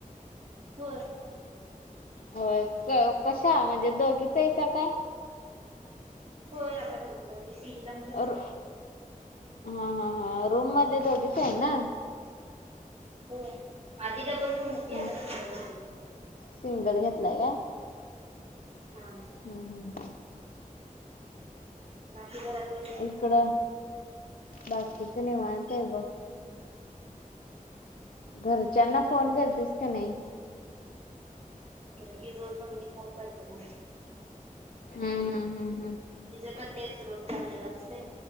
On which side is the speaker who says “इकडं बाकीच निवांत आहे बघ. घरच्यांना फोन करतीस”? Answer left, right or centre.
Left